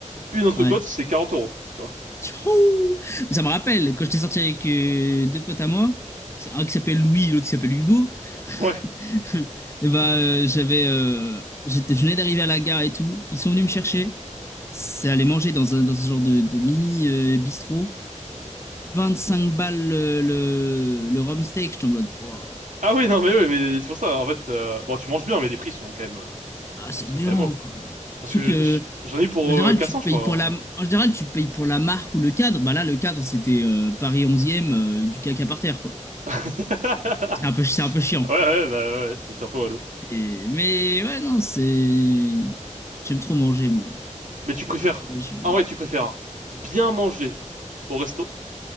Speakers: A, on the right (about 80°); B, on the left (about 20°).
A: Une entrecôte,
B: hein. Ouais.
A: c'est 40 euros, tu vois.
B: Tchou Mais ça me rappelle, quand j'étais sorti avec euh, deux potes à moi, un qui s'appelle Louis, l'autre qui s'appelle Hugo,
A: <laughs> Ouais.
B: <laughs> et ben euh, j'avais, euh, j'étais, je venais d'arriver à la gare et tout. Ils sont venus me chercher. Ça allait manger dans un dans ce genre de, de mini euh, bistrot. cinq balles le, le, le rhum steak. J'étais en mode, wow,
A: Ah oui, non, mais oui, mais c'est pour ça, en fait, euh, bon, tu manges bien, mais les prix sont quand même, euh,
B: ah, c'est
A: sont
B: aberrant,
A: quand même hauts.
B: quoi.
A: Parce
B: Surtout
A: que je-
B: que
A: je- j'en ai eu pour
B: En général,
A: euh, 400,
B: tu payes
A: je crois.
B: pour la,
A: hein.
B: en général, tu payes pour la marque ou le cadre. Bah là, le cadre, c'était euh, Paris 11e, euh, du caca par terre, quoi.
A: <laughs>
B: C'est un peu, c'est un peu chiant.
A: Ouais, ouais, bah ouais, c'est c'est un peu relou.
B: Et- Mais ouais, non, c'est. J'aime trop manger, moi.
A: Mais tu préfères,
B: Ouais, je-
A: en vrai, tu préfères bien manger au resto